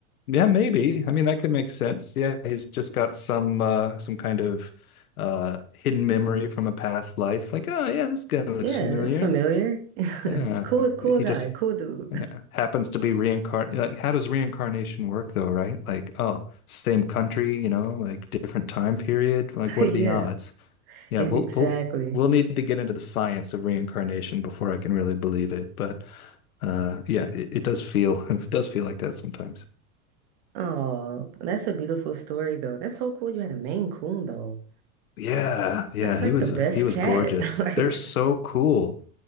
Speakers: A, on the left; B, on the right.
A: yeah maybe I mean that could make sense yeah he's just got some uh some kind of uh hidden memory from a past life like oh yeah this guy looks
B: Yeah,
A: familiar
B: it's familiar. <laughs>
A: yeah
B: Cool, cool
A: he
B: guy,
A: just
B: cool dude.
A: Yeah. Happens to be reincarnate. like how does reincarnation work though, right? Like, oh, same country, you know, like different time period. Like,
B: <laughs>
A: what
B: Yeah.
A: are the odds? Yeah,
B: E-
A: we'll
B: Exactly.
A: we'll we'll need to get into the science of reincarnation before I can really believe it. But uh yeah, it, it does feel <laughs> it does feel like that sometimes.
B: Oh, that's a beautiful story though. That's so cool you had a Maine Coon though.
A: Yeah, yeah,
B: That's like
A: he was
B: the best
A: he was
B: cat.
A: gorgeous.
B: <laughs> Like
A: They're so cool.